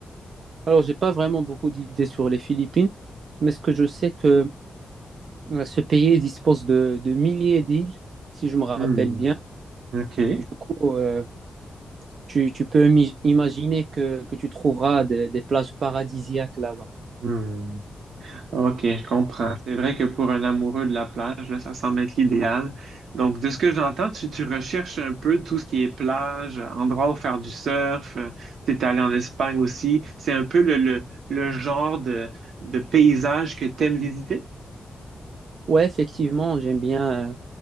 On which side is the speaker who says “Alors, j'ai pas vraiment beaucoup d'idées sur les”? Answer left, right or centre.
Right